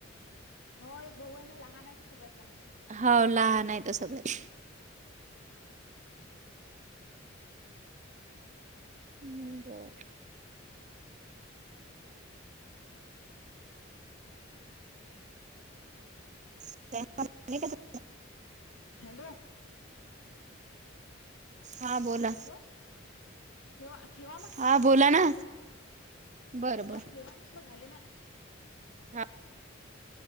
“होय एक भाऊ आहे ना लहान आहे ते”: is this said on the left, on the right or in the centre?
Left